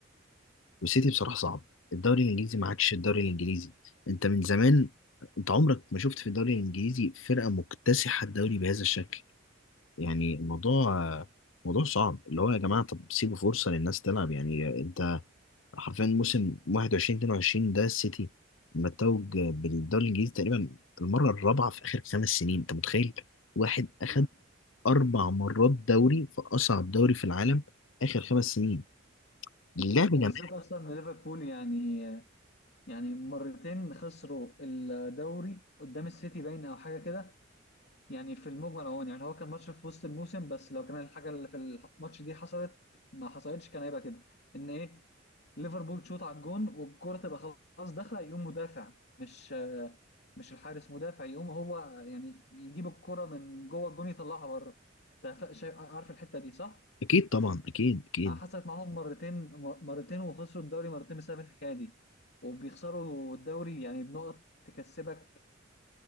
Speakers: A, on the left; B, on the left.
A: والسيتي بصراحة صعب الدوري الإنجليزي ما عادش الدوري الإنجليزي أنت من زمان أنت عمرك ما شفت في الدوري الإنجليزي فرقة مكتسحة الدوري بهذا الشكل يعني الموضوع موضوع صعب اللي هو يا جماعة طب سيبوا فرصة للناس تلعب يعني أنت حرفيا موسم 21 22 ده السيتي متوج بالدوري الإنجليزي تقريبا المرة الرابعة في آخر خمس سنين أنت متخيل واحد أخد
B: مم.
A: أربع مرات دوري في أصعب دوري في العالم آخر خمس سنين اللعب
B: وبالذات
A: جماعي
B: اصلا إن ليفربول يعني يعني مرتين خسروا الدوري قدام السيتي باين او حاجه كده يعني في المجمل اهو يعني هو كان ماتش في وسط الموسم بس لو كان الحاجه اللي في الماتش دي حصلت ما حصلتش كان هيبقى كده ان ايه ليفربول تشوط على الجون والكره تبقى خلاص داخله يقوم مدافع مش آه، مش الحارس مدافع يقوم هو يعني يجيب الكره من جوه الجون يطلعها بره انت فا- شايف عارف الحته دي صح؟
A: أكيد طبعا أكيد أكيد
B: آه، حصلت معاهم مرتين مرتين وخسروا الدوري مرتين بسبب الحكايه دي وبيخسروا الدوري يعني بنقط تكسبك